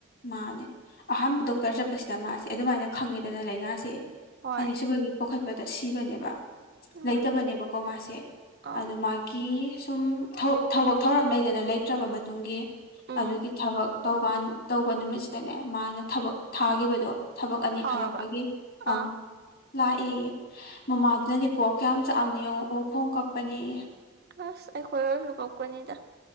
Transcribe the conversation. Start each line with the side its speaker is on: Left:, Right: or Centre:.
Left: ꯃꯥꯅꯦ ꯑꯍꯥꯟꯕ ꯗꯣꯛꯇꯔ ꯆꯠ꯫ ꯁꯤꯗ ꯃꯥꯁꯦ ꯑꯗꯨꯃꯥꯏꯅ ꯈꯪꯉꯦꯗꯅ ꯂꯥꯏꯅꯥꯁꯦ
Right: ꯍꯣꯏ
Left: ꯑꯅꯤꯁꯨꯕꯒꯤ ꯄꯣꯛꯈꯠꯄꯗ ꯁꯤꯕꯅꯦꯕꯪ
Right: ꯏꯃꯥ
Left: ꯂꯩꯇꯕꯅꯦꯕꯀꯣ ꯃꯥꯁꯦ
Right: ꯑꯧ
Left: ꯑꯗꯨ ꯃꯥꯒꯤ꯫ ꯁꯨꯝ ꯊꯕꯛ ꯊꯕꯛ ꯊꯧꯔꯝ ꯂꯩꯗꯅ ꯂꯩꯇ꯭ꯔꯕ ꯃꯇꯨꯡꯒꯤ꯫
Right: ꯎꯝ
Left: ꯑꯗꯨꯒꯤ ꯊꯕꯛ ꯇꯧꯀꯥꯟ ꯇꯧꯕ ꯅꯨꯃꯤꯠꯁꯤꯗꯅꯦ ꯃꯥꯅ ꯊꯕꯛ ꯊꯥꯈꯤꯕꯗꯣ꯫ ꯊꯕꯛ ꯑꯅꯤ
Right: ꯐꯥꯎꯔꯕ
Left: ꯈꯜꯂꯛꯄꯒꯤ
Right: ꯑꯥ
Left: ꯑꯪ꯫ ꯂꯥꯛꯑꯦꯌꯦ ꯃꯃꯥꯗꯨꯅꯅꯦꯀꯣ ꯀꯌꯥꯝ ꯆꯛꯑꯝꯅꯤ ꯌꯦꯡꯉꯣ ꯑꯣꯛꯈꯣꯡ ꯀꯞꯄꯅꯦꯌꯦ꯫
Right: ꯑꯁ ꯑꯩꯈꯣꯏ ꯑꯣꯏꯔꯁꯨ ꯀꯞꯀꯅꯤꯗ꯫